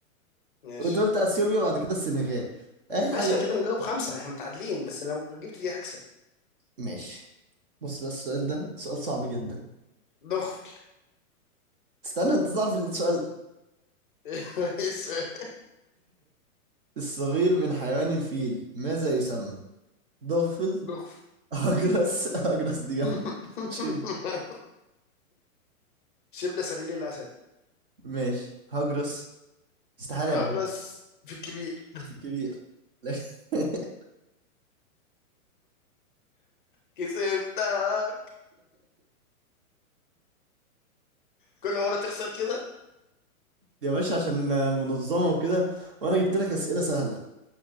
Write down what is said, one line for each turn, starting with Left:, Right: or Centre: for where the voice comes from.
Left: ماشي
Right: وأنت قلت أثيوبيا وبعد كده السنغال آخر
Left: ماشي
Right: حاجة قلت
Left: انا كده مجاوب خمسة احنا متعادلين بس لو جبت دي هكسب
Right: ماشي بص بس السؤال ده سؤال صعب جدا
Left: دغفل
Right: استنى انت تعرف السؤال
Left: <laughs> إيه السؤال؟
Right: الصغير من حيوان الفيل ماذا يسمى؟ ضغفل
Left: دغفل
Right: هجرس <laughs> هجرس دي
Left: <laughs>
Right: جامدة شب
Left: شبل صغير الاسد
Right: ماشي هجرس استحالة
Left: هجرس
Right: يبقى هجرس.
Left: في الكبير
Right: في الكبير لا. <laughs>
Left: كسبتك كل مرة تخسر كده
Right: يا باشا عشان منظمة وكده وأنا جبت لك أسئلة سهلة